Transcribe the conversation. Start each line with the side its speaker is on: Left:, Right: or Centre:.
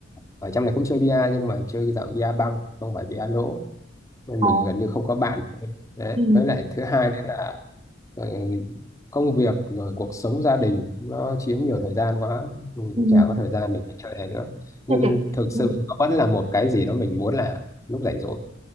Left: ở trong này cũng chơi bia nhưng mà chơi cái dạng bia băng không phải bia lỗ nên
Right: Ờ.
Left: mình gần như không có bạn thôi đấy
Right: Ừ.
Left: với lại thứ hai nữa là ờ, công việc rồi cuộc sống gia đình nó chiếm nhiều thời gian quá mình
Right: Ừ.
Left: cũng chả có thời gian để chơi này nữa nhưng
Right: Thế cái
Left: thực sự
Right: ừ.
Left: nó vẫn là một cái gì đó mình muốn làm lúc rảnh rỗi